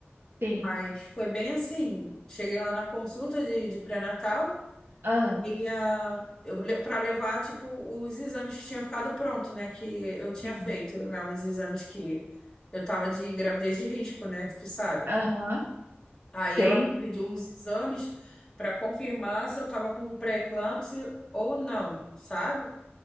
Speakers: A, on the right; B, on the left.
A: sim.
B: Mas foi bem assim. Cheguei lá na consulta de, de pré-natal
A: Ah,
B: e a, eu para levar tipo os exames que tinha ficado pronto, né? Que eu tinha
A: sim.
B: feito, né? Os exames que eu tava de gravidez de risco, né? Tu sabe.
A: Aham,
B: Aí
A: tem.
B: ela me pediu uns exames para confirmar se eu tava com pré-eclâmpsia ou não, sabe?